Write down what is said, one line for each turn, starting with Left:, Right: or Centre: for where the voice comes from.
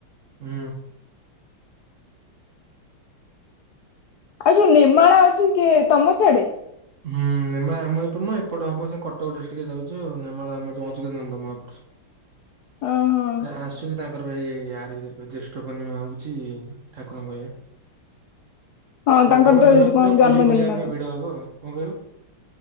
Right: ଉଁ।
Left: ଆଉ ଯୋଉ ନେମାଳ ଅଛି କି ତମ ସାଡେ?
Right: ହୁଁ। ନେମା ଆମ ଏପଟ ନୁହଁ ଏପଟ ହବ ସେ କଟକ ଡିଷ୍ଟ୍ରିକ୍ଟରେ ଯାଉଛି ଆଉ ନେମାଳ ଆମର ଯୋଉ ଅଚ୍ୟୁତାନନ୍ଦ ମହାପୁୁରଷ।
Left: ଓହୋ।
Right: ଏ ଆସ୍। ଆସୁଛି ତାଙ୍କର ଭାଇ ଏଇ ଆରି ଭିତେରା ପାଜ୍ୟେଷ୍ଠ ପୂର୍ଣିମା ହଉଛି ଠାକୁରଙ୍କ ଏଇ
Left: ହଁ
Right: ପ୍ରବଳ
Left: ତାଙ୍କର ତ
Right: ଭିଡ
Left: କଣ
Right: ପୁରା
Left: ଜନ୍ମଦିନ
Right: ପୁରୀ ଭଳିଆ
Left: ନା
Right: ପୁରା
Left: କଣ?
Right: ଭିଡ ହବ। କଁ କଇଲ?